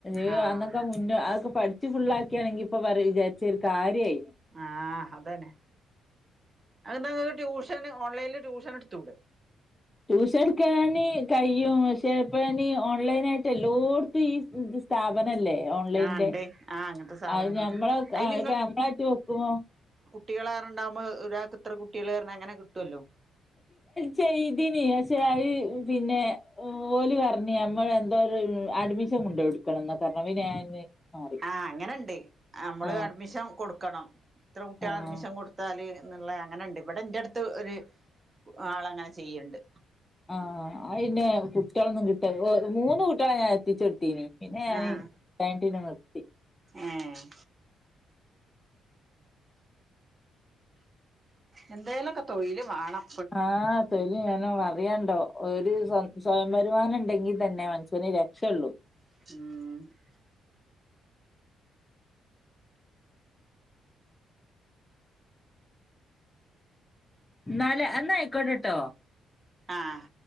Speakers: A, on the left (about 15°); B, on the right (about 30°).
A: ഏഹ്
B: ആ
A: അന്നൊക്കെ മുന്നേ അതൊക്കെ പഠിച്ച് ഫുള്ളാക്കിയാണെങ്കി ഇപ്പൊ പറ വിചാരിച്ച ഒരു കാര്യയിന്
B: ആഹ് അതന്നെ അതിപ്പം ഇങ്ങക്ക് ട്യൂഷന് ഓൺലൈനില് ട്യൂഷന് എടുത്തൂടെ
A: ട്യൂഷൻ എടുക്കാന് കഴിയും പക്ഷെ ഇപ്പൊ ഞാനീ ഓൺലൈൻ ആയിട്ട് എല്ലോടത്തും ഈ ബിസ് സ്ഥാപനല്ലേ ഓൺലൈൻന്റെ
B: ആഹ് ഇണ്ട് ആഹ് അങ്ങനത്തെ സ്ഥാപനങ്ങൾ
A: അത് ഞമ്മള
B: അയില്
A: ആ ഇപ്പ മ്മളായിട്ട് വെക്കുമോ
B: കുട്ടികൾറണ്ടാവുമോ ഒരാക്ക് ഇത്ര കുട്ടികൾ പറഞ്ഞാൽങ്ങനെ കിട്ടുല്ലോ
A: ചെയ്തന്ക്ഷെത് പിന്നെ ഓല് പറഞ്ഞി നമ്മൾ എന്തോരു അഡ്മിഷൻ കൊണ്ടോയ് എടോക്കണംന്ന അവ ഞാന് മാറി
B: ആ അങ്ങനെണ്ട് അമ്മള്
A: ആഹ്
B: അഡ്മിഷൻ കൊടുക്കണം ഇത്ര കുട്ടികള്
A: ആഹ്
B: അഡ്മിഷൻ കൊടുത്താല് ന്ന്ള്ള അങ്ങനെണ്ട് ഇവിടെ ഇന്റട്ത്ത് ഒരു ആളങ്ങനെ ചെയ്യണ്ട്
A: ആഹ പിന്നെ കുട്ടികളൊന്നും കിട്ട മൂന്ന് കുട്ടിളെ ഞാൻ എൽപ്പിച്ചോട്ത്തിച്ചെടുത്തീന പിന്നെ
B: ആഹ്
A: ഞൻ വെണ്ടിന നിർത്തി
B: ഏഹ് എന്തേലുമൊക്കെ തൊഴില് വെണം
A: ആഹ തല് ഞാനോ അറിയണ്ടോ ഒരു സ്വ സ്വയം വരുമാനം ഉണ്ടെങ്കിൽ തന്നെ മനുഷ്യന് രക്ഷയള്ളു
B: ഉം
A: നാലെ എന്ന ആയിക്കോട്ടെട്ടോ
B: ആഹ്